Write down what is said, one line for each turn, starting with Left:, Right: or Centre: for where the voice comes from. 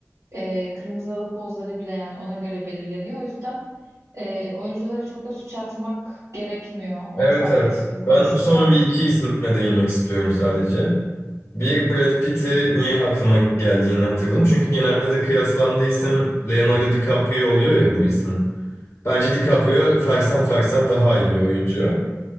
Right: E, kırmızı halı pozları bile yani ona göre belirleniyor. O yüzden e, oyunculara çok da suç atmak gerekmiyor. Onu
Left: Evet
Right: fark
Left: evet.
Right: ettim konuşurken.
Left: Ben son bir iki isme değinmek istiyorum sadece. Bir Brad Pitt'i niye aklıma geldiğini hatırladım. Çünkü genelde kıyaslandığı isim Leonardo DiCaprio oluyor ya bu ismin. Bence DiCaprio fersah fersah daha iyi bir oyuncu